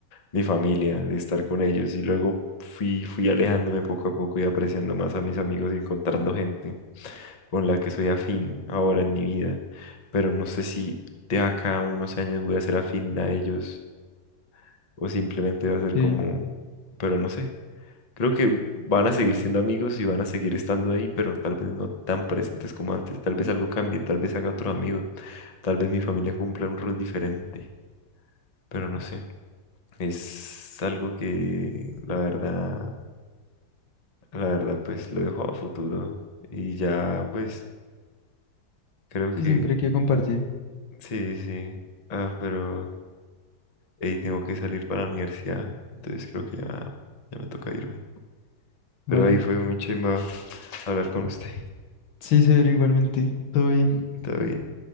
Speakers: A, on the left (about 30°); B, on the left (about 85°).
A: mi familia, de estar con ellos y luego fui, fui alejándome poco a poco y apreciando más a mis amigos y encontrando gente con la que soy afín ahora en mi vida. Pero no sé si de acá a unos años voy a ser afín a ellos o simplemente va a ser
B: Sí,
A: como, pero no sé. Creo que van a seguir siendo amigos y van a seguir estando ahí, pero tal vez no tan presentes como antes. Tal vez algo cambie, tal vez haga otro amigo, tal vez mi familia cumpla un rol diferente, pero no sé. Es algo que la verdad, la verdad, pues lo dejo a futuro. Y ya, pues, creo que
B: sí, siempre hay que compartir,
A: sí, sí. Ah, pero ahí tengo que salir para la universidad. Entonces creo que ya, ya me toca irme. Pero
B: ¿vale?
A: ahí fue muy chimba hablar con usted.
B: Sí, señor, igualmente, todo bien.
A: Todo bien.